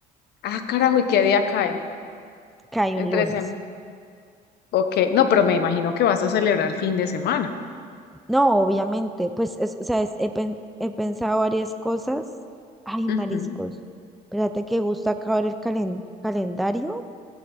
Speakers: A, on the left (about 70°); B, in the centre.
A: Ah, carajo, ¿y qué día cae?
B: cae
A: Entre
B: un lunes.
A: semana. Ok, no, pero me imagino que vas a celebrar fin de semana.
B: No, obviamente, pues, es- o sea, es- he, pen- he pensado varias cosas. Ay,
A: Ujú,
B: mariscos, espérate que justo acaba el calen- calendario.